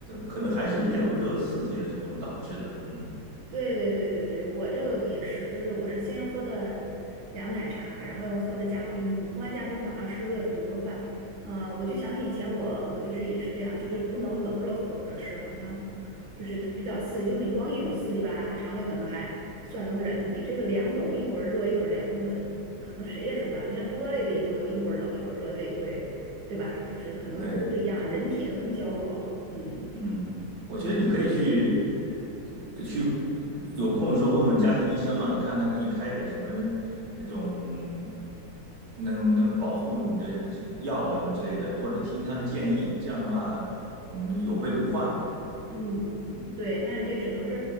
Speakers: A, on the right; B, on the right.
A: 可能还是凉热刺激的这种导致的。嗯。
B: 对对对对对，我这个也是，就是我是先喝的凉奶茶，然后又喝的加冰的嘛，喝完加冰我马上吃热的牛肉饭。呃，我就想起以前我我就是也是这样，就是不能冷热混着吃，好像就是它比较刺激，就是你光一种刺激吧，肠胃可能还算能忍，你这个两种一会儿热一会儿凉的，可能谁也受不了。你看玻璃的也不能一会儿冷一会儿热，它也会，对吧？就是可能都是一样，
A: 对，
B: 人体更娇弱，嗯。
A: 嗯，我觉得你可以去呃去有空的时候问问家庭医生啊，看他给你开点什么那种那种那种保护你的药啊什么之类的，或者听他的建议。这样的话，我们有备无患呗。
B: 嗯，嗯对，那就只能是，